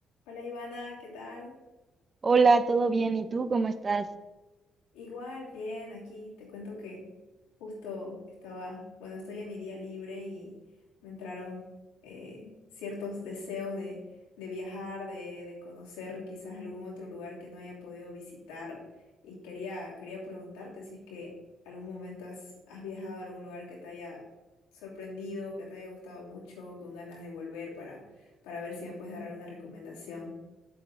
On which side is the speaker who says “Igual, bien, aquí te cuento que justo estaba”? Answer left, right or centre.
Left